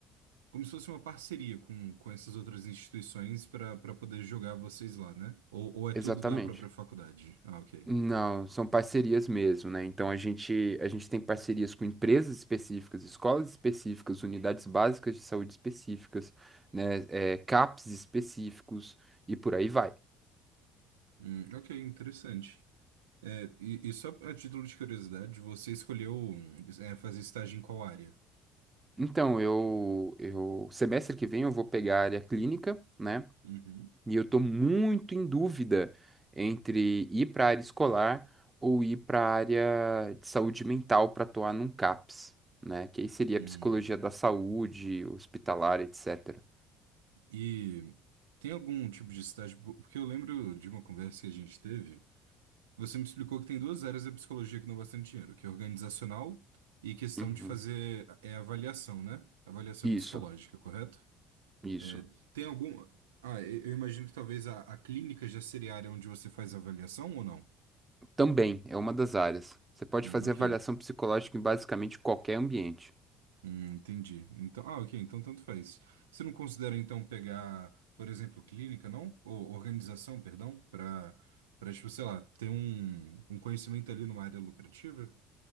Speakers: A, on the right (about 85°); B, on the right (about 20°).
A: Como se fosse uma parceria com, com essas outras instituições para para poder jogar vocês lá, né? Ou, ou é
B: Exatamente.
A: tudo da própria faculdade? Ah, ok.
B: Não, são parcerias mesmo, né? Então a gente, a gente tem parcerias com empresas específicas, escolas específicas, unidades básicas de saúde específicas, né? É, CAPs específicos e por aí vai.
A: Hum, ok, interessante. É, e, e só a título de curiosidade, você escolheu é, fazer estágio em qual área?
B: Então, eu, eu, semestre que vem eu vou pegar a área clínica, né?
A: Uhum.
B: E eu tô muito em dúvida entre ir para a área escolar ou ir para a área de saúde mental para atuar num CAPs, né? Que aí seria
A: Hum.
B: psicologia da saúde, hospitalar, etc.
A: E tem algum tipo de estágio? Porque eu lembro de uma conversa que a gente teve, você me explicou que tem duas áreas da psicologia que não bastante dinheiro, que é organizacional e questão
B: Uhum.
A: de fazer é, avaliação, né? Avaliação
B: Isso,
A: psicológica, correto?
B: isso.
A: É, tem algum. Ah, eu eu imagino que talvez a, a clínica já seria a área onde você faz a avaliação ou não?
B: Também é uma das áreas. Você pode
A: Hum,
B: fazer
A: ok.
B: avaliação psicológica em basicamente qualquer ambiente.
A: Hum, entendi. Então, ah, ok, então tanto faz. Você não considera então pegar, por exemplo, clínica, não? Ou organização, perdão, para para tipo, sei lá, ter um, um conhecimento ali numa área lucrativa?